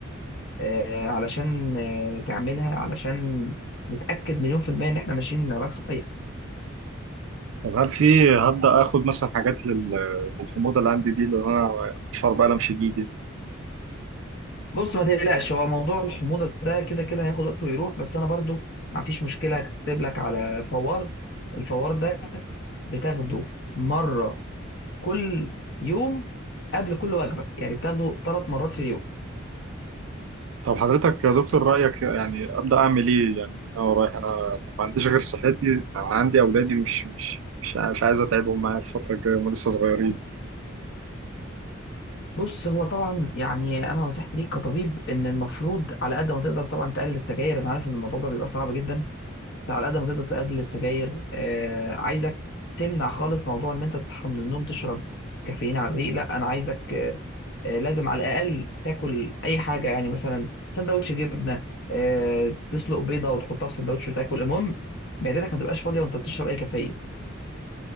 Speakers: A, on the left (about 60°); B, on the right (about 80°).
A: آه، علشان آه، تعملها علشان نتاكد مليون في الميه ان احنا ماشيين علاج صحيح
B: طب هل في هبدا اخد مثلا حاجات لل- للحموضه اللي عندي دي لان انا اشعر بالم شديد يعني.
A: بص ما تقلقش هو موضوع الحموضه ده كده كده هياخد وقته ويروح بس انا برضو ما فيش مشكله هكتب لك على فوار الفوار ده بتاخده مره كل يوم قبل كل وجبه يعني بتاخده ثلاث مرات في اليوم
B: طب حضرتك يا دكتور رايك يعني ابدا اعمل ايه يعني انا رايح انا أنا ما عنديش غير صحتي انا عندي اولادي مش مش مش ع- مش عايز اتعبهم معايا الفتره الجايه هم لسه صغيرين
A: بص هو طبعا يعني انا نصيحتي ليك كطبيب ان المفروض على قد ما تقدر طبعا تقلل السجاير انا عارف ان الموضوع ده بيبقى صعب جدا بس على قد ما تقدر تقلل السجاير آه عايزك تمنع خالص موضوع ان انت تصحى من النوم تشرب كافيين على الريق لا انا عايزك آه آه، لازم على الاقل تاكل اي حاجه يعني مثلا سندوتش جبنه آه تسلق بيضه وتحطها في سندوتش وتاكل المهم معدتك ما تبقاش فاضيه وانت بتشرب اي كافيين